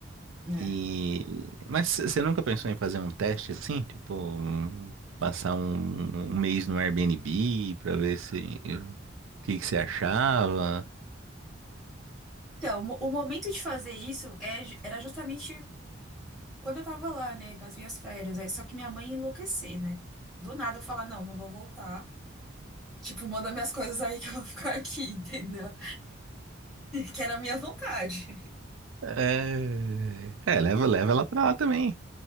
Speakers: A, in the centre; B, on the right.
A: É.
B: E... Mas você nunca pensou em fazer um teste assim? Tipo, um- passar um, um mês no Airbnb pra ver se o que que você achava?
A: Então, mo- o momento de fazer isso é ju- era justamente quando eu tava lá, né? Nas minhas férias. Aí, só que minha mãe ia enlouquecer, né? Do nada eu falar, não, não vou voltar. Tipo, manda minhas coisas aí que eu vou ficar aqui, <laughs> entendeu? Que era a minha vontade.
B: É, é leva, leva ela pra lá também.